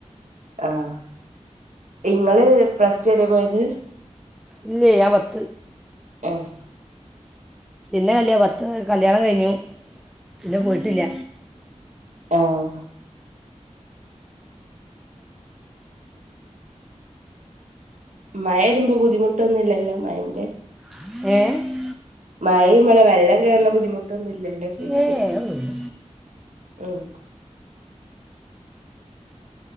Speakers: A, on the right; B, in the centre.
A: ആഹ് ഇങ്ങള് പ്ലസ് റ്റു വരെ പോയത്
B: ഇല്യേ ഞാൻ പത്ത്
A: ഉം
B: പിന്നെ കല്യാ പത്ത് കല്യാണം കഴിഞ്ഞു. പിന്നെ പോയിട്ടില്ല
A: ആഹ് മഴ വരുമ്പോ ബുദ്ധിമുട്ടൊന്നുമില്ലല്ലോ മയന്റെ
B: ഏഹ്
A: മഴയുമ്പളെ വെള്ളം കേറുന്ന ബുദ്ധിമുട്ടൊന്നും ഇല്ലല്ലോ ചോയ്ക്ക്യ
B: ഏ ഒന്നുമില്ല
A: ഉം